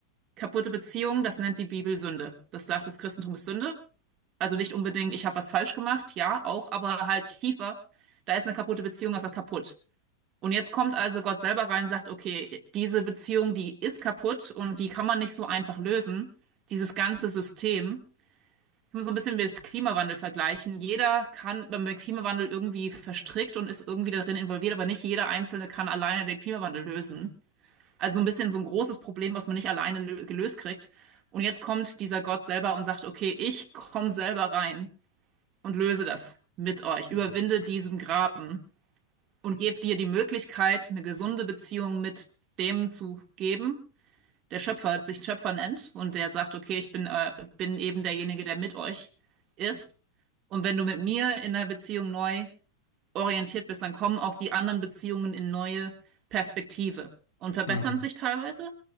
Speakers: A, on the right; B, on the left.
A: kaputte Beziehung, das nennt die Bibel Sünde. Das sagt, das Christentum ist Sünde. Also nicht unbedingt, ich habe was falsch gemacht, ja, auch, aber halt tiefer. Da ist eine kaputte Beziehung, also kaputt. Und jetzt kommt also Gott selber rein und sagt, okay, diese Beziehung, die ist kaputt und die kann man nicht so einfach lösen. Dieses ganze System. Kann man so ein bisschen mit Klimawandel vergleichen. Jeder kann beim Klimawandel irgendwie verstrickt und ist irgendwie darin involviert, aber nicht jeder Einzelne kann alleine den Klimawandel lösen. Also so ein bisschen so ein großes Problem, was man nicht alleine lö- gelöst kriegt. Und jetzt kommt dieser Gott selber und sagt, okay, ich komme selber rein und löse das mit euch,
B: Mhm.
A: überwinde
B: Mhm.
A: diesen Graben und gebe dir die Möglichkeit, eine gesunde Beziehung mit dem zu geben, der Schöpfer sich Schöpfer nennt und der sagt, okay, ich bin, äh, bin eben derjenige, der mit euch ist. Und wenn du mit mir in der Beziehung neu orientiert bist, dann kommen auch die anderen Beziehungen in neue Perspektive und verbessern
B: Mhm.
A: sich teilweise.